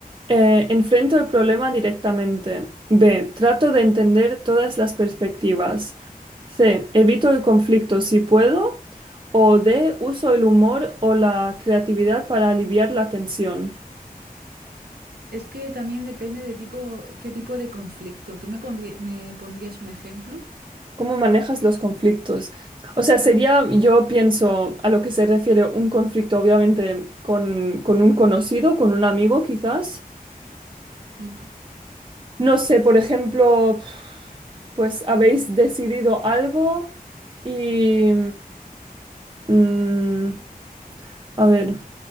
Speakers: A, on the right; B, on the right.
A: eh, enfrento el problema directamente. B, trato de entender todas las perspectivas. C, evito el conflicto si puedo. O D, uso el humor o la creatividad para aliviar la tensión.
B: Es que también depende de tipo, qué tipo de conflicto. ¿Tú me pondrí- me pondrías un ejemplo?
A: ¿Cómo manejas los conflictos? O sea, sería, yo pienso, a lo que se refiere un conflicto, obviamente, con, con un conocido, con un amigo quizás.
B: Mm.
A: No sé, por ejemplo, pues habéis decidido algo y... mm, a ver,